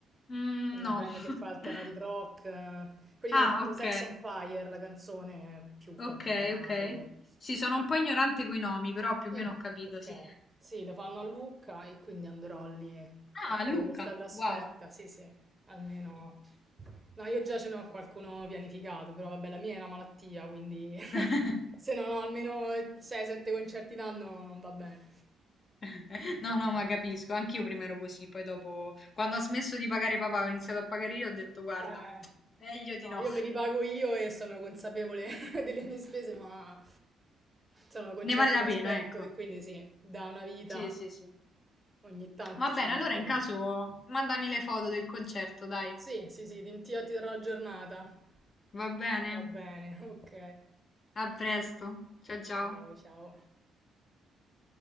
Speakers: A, on the left; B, on the right.
A: mm,
B: una
A: no.
B: band
A: <laughs>
B: che fa alternative rock, eh, quelli
A: Ah,
B: che hanno fatto
A: ok,
B: Sex on Fire, la canzone più famosa
A: ok, ok.
B: loro.
A: Sì, sono un po' ignorante coi nomi, però più o meno
B: Mm,
A: ho capito,
B: ok,
A: sì.
B: sì, lo fanno a Lucca e quindi andrò lì a
A: Ah,
B: fare
A: Luca,
B: questa trasferta,
A: wow.
B: sì, sì, almeno... No, io già ce n'ho qualcuno pianificato, però vabbè, la mia è una malattia, quindi <laughs>
A: <laughs>
B: se non ho almeno 6-7 concerti l'anno non va bene.
A: <laughs>
B: Quindi
A: No, no,
B: sì.
A: ma capisco, anch'io prima ero così, poi dopo, quando ho smesso di pagare papà, ho iniziato a pagare io, ho detto, guarda,
B: Eh,
A: meglio di
B: no,
A: no,
B: io me li pago io e sono consapevole <laughs> delle mie spese, ma sono concerti
A: ne vale la
B: che
A: pena,
B: aspetto
A: ecco.
B: e quindi sì, da una vita
A: Sì, sì, sì.
B: ogni tanto
A: Va
B: ci
A: bene,
B: provo.
A: allora in caso mandami le foto del concerto, dai.
B: Sì, sì, sì, ti, ti terrò giornata.
A: Va bene,
B: Va bene, <laughs> ok.
A: a presto. Ciao, ciao.
B: Ciao, ciao.